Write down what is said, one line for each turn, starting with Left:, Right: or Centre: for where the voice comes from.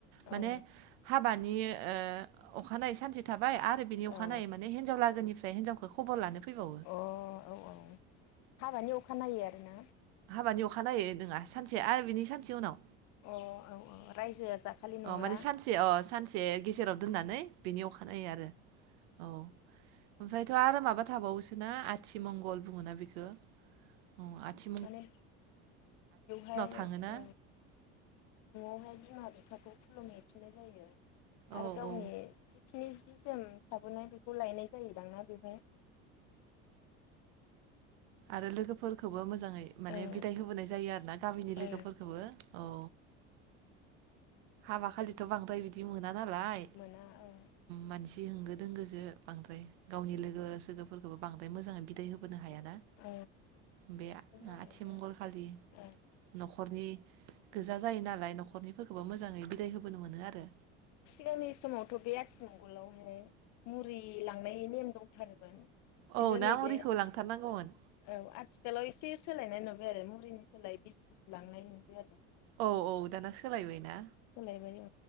Right: माने
Left: औ
Right: हाब हाबानि ओ अखानायै सानसे थाब बाय आरो बिनि अखानायै
Left: औ
Right: माने हिनजाव लागोनि बे हिनजवखौ खबर लानो फैबावो
Left: अ औ औ हाबानि अखानायै आरोना?
Right: बानि अखानायनायै नोंङा सानसे आरो बिनि सानसे उनाव
Left: अ औ औ रायजोआ जाखालि नंला
Right: अ माने सानसे अ सानसे गेजेराव दोननानै बेनि अखानायै
Left: औ
Right: आरो औ ओमफ्रायथ' आरो माबा थाबावोसो ना आथि मंगल बुङोना बेखौ औ आथि।
Left: माने बेवहाय
Right: थाङोना
Left: औ न'आवहाय बिमा। बिफाखौ खुलुम हैफिननाय जायो।
Right: औ
Left: आरो गावनि
Right: औ
Left: जिखिनि जि जोम थाबोनाय बेखौ लायनाय जायो दां बेवहाय?
Right: आरो लोगोफोरखौबो मोजां। माने
Left: औ
Right: बिदाय होबोनाय जायो आरोना गामिनि
Left: औ
Right: लोगोफोरखौबो औ हाबा खालिथ' बांद्राय बिदि मो नाना नालाय
Left: मोना औ
Right: मानसि बि होंगो दोंगोजोजो बांद्राय गावनि लोगो सोगोफोरखोबो बांद्राय मोजाङै बिदाय होबोनो हाया। दा
Left: औ
Right: बे
Left: बेनि थाखायनो
Right: आथिमंगल खालि नख
Left: औ उम
Right: न'खरनि गोजा जायो नालाय न' न'खरनिफोरखौबा मोज बिदाय होबोनो मोनो आरो।
Left: सिगांनि समावथ' बे आथिमंगलावनो मुरि लांनायनि नेम दंथारोमोन। खिन्थु
Right: औ ना
Left: नैबे
Right: मुरिखौ लांथारनांगौमोन
Left: औ आथिखालाव एसे सोलायनाय नुबाय आरो मुलिनि सोलाय बिसकुट लांनाय नुबाय आरो।
Right: औ औ दाना सोलायबायना
Left: सोलायबाय औ